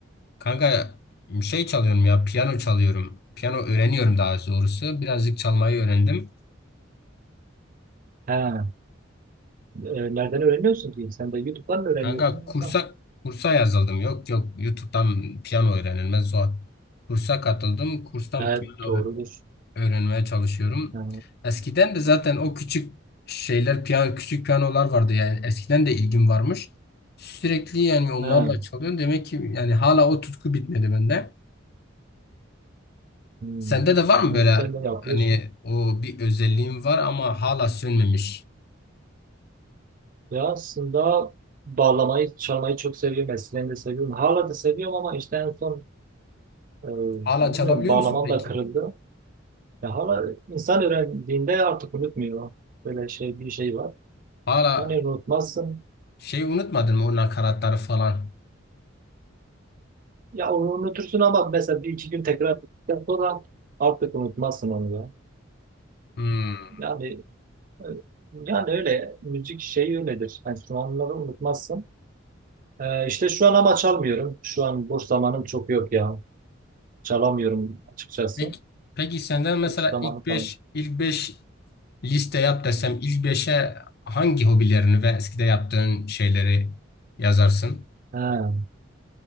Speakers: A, on the left; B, on the right.
A: Kanka şey çalıyorum ya piyano çalıyorum. Piyano öğreniyorum daha doğrusu. Birazcık çalmayı öğrendim.
B: Ha, e, nereden öğreniyorsun ki? Sen de YouTube'dan mı öğreniyorsun
A: Kanka
B: yoksa?
A: kursa kursa yazıldım. Yok yok YouTube'dan piyano öğrenilmez zor Kursa katıldım. Kurstan
B: Ha,
A: piyano
B: doğrudur.
A: öğrenmeye çalışıyorum.
B: Ha,
A: Eskiden de zaten o küçük şeyler, piyano, küçük piyanolar vardı yani eskiden de ilgim varmış. Sürekli yani onlarla
B: ha,
A: çalıyorum. Demek ki yani hala o tutku bitmedi bende.
B: hmm.
A: Sende de var mı
B: Ne
A: böyle
B: güzel de yapıyorsun.
A: hani o bir özelliğin var ama hala sönmemiş.
B: Ya aslında bağlamayı, çalmayı çok seviyorum. Eskiden de seviyorum. Hala da seviyorum ama işte en son e,
A: Hala
B: bilmiyorum
A: çalabiliyor
B: bağlamam
A: musun peki?
B: da kırıldı. Ya hala insan öğrendiğinde artık unutmuyor. Böyle şey bir şey var.
A: Hala
B: Yani unutmazsın.
A: şey unutmadın mı o nakaratları falan?
B: Ya onu unutursun ama mesela bir iki gün tekrar ettikten sonra artık unutmazsın onu ya.
A: Hmm.
B: Yani e, yani öyle müzik şeyi öyledir. Enstrümanları unutmazsın. E, işte şu an ama çalmıyorum. Şu an boş zamanım çok yok ya. Çalamıyorum açıkçası.
A: Peki, peki senden mesela
B: Hiç zamanı
A: ilk
B: falan.
A: beş ilk 5 liste yap desem ilk beşe hangi hobilerini ve eskide yaptığın şeyleri yazarsın?
B: Ha.